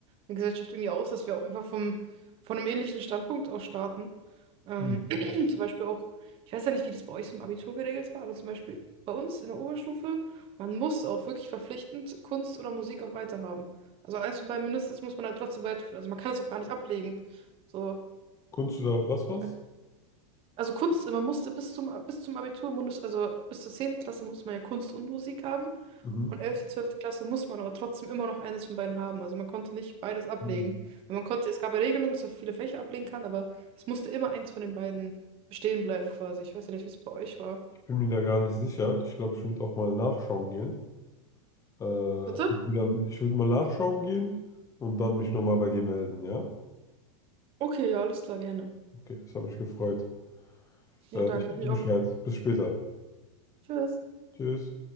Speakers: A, on the right (about 35°); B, on the left (about 20°).
A: eine Gesellschaft irgendwie aus, dass wir auch einfach vom, von einem ähnlichen Standpunkt aus starten. Ähm,
B: Mhm.
A: <clears throat> zum Beispiel auch, ich weiß ja nicht, wie das bei euch so im Abitur geregelt war, aber zum Beispiel bei uns in der Oberstufe. Man muss auch wirklich verpflichtend Kunst oder Musik auch weiterhaben. Also eins von beiden mindestens muss man halt trotzdem weiterführen. Also man kann es auch gar nicht ablegen. So,
B: Kunst oder was was?
A: ich weiß- also Kunst, man musste bis zum, bis zum Abitur, Mundus- also bis zur zehnten Klasse musste man ja Kunst und Musik haben.
B: Mhm.
A: Und elfte 12. Klasse muss man aber trotzdem immer noch eines von beiden haben. Also man konnte nicht beides ablegen.
B: Mhm.
A: Weil man konnte, es gab ja Regelungen, dass man viele Fächer ablegen kann, aber es musste immer eins von den beiden bestehen bleiben quasi. Ich weiß ja nicht, wie es bei euch war.
B: Ich bin mir da gar nicht sicher. Ich glaube, ich würde auch mal nachschauen gehen. Äh, und
A: Bitte?
B: dann, ich würde mal nachschauen gehen und dann mich nochmal bei dir melden, ja?
A: Okay, ja, alles klar, gerne.
B: Okay, das hat mich gefreut.
A: Ja,
B: Äh,
A: danke,
B: ich gebe
A: hat mich
B: dir Bescheid.
A: auch.
B: Bis später.
A: Tschüss.
B: Tschüss.